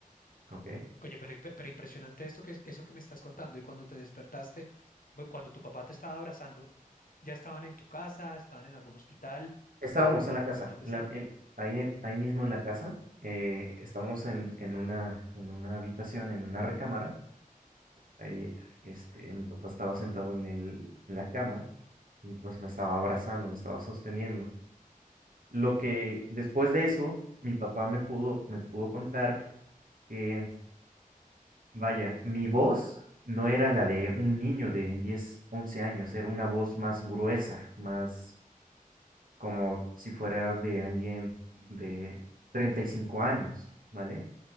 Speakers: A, on the right; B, on the left.
A: Ok.
B: oye, pero, pe- pero impresionante esto que, es- eso que me estás contando. Y cuando te despertaste, bu- cuando tu papá te estaba abrazando, ¿ya estaban en tu casa? ¿Estaban en algún hospital?
A: Estábamos
B: ¿O,
A: en la casa,
B: o en dónde
A: en
B: estaban?
A: la- en- ahí, en- ahí mismo en la casa. eh, estamos en, en una, en una habitación, en una recámara. Ahí, este, mi papá estaba sentado en el, en la cama y pues me estaba abrazando, me estaba sosteniendo. Lo que después de eso, mi papá me pudo, me pudo contar que, vaya, mi voz no era la de un niño de 10 11 años, era una voz más gruesa, más, como si fuera de alguien de 35 años, ¿vale?